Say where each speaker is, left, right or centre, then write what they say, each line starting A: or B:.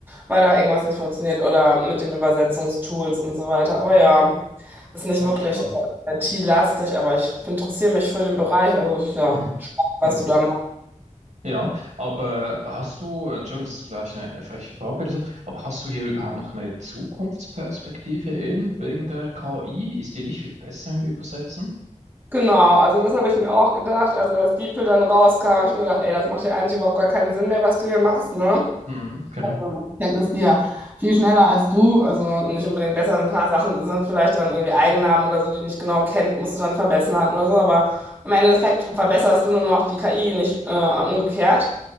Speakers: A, on the right; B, on the right.
A: weil da irgendwas nicht funktioniert oder mit den Übersetzungstools und so weiter. Aber ja, ist nicht
B: Ah,
A: wirklich
B: spannend.
A: äh, IT-lastig, aber ich interessiere mich für den Bereich, also ja,
B: Mhm.
A: spannend, was
B: Mhm.
A: du da
B: Ja, aber hast du, Entschuldigung, das ist vielleicht eine, eine freche Frage oder so, aber hast du hier überhaupt noch eine Zukunftsperspektive eben wegen der KI? Ist die nicht viel besser im Übersetzen?
A: Genau, also das habe ich mir auch gedacht. Also als DeepL dann rauskam, habe ich mir gedacht, ey, das macht ja eigentlich überhaupt gar keinen Sinn mehr, was du hier machst, ne?
B: Mhm, genau.
A: Also, Ich denke, die ja viel schneller als du, also nicht unbedingt besser, ein paar Sachen sind vielleicht dann irgendwie Eigennamen oder so, die du nicht genau kennt, musst du dann verbessern oder so, aber am Ende des Tages verbesserst du nur noch die KI, nicht äh, umgekehrt.